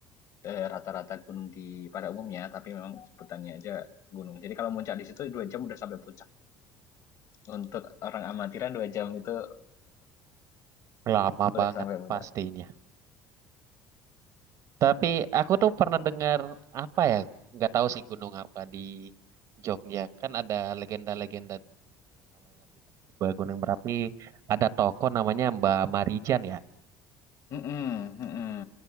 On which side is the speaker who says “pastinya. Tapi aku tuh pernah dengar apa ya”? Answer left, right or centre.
Right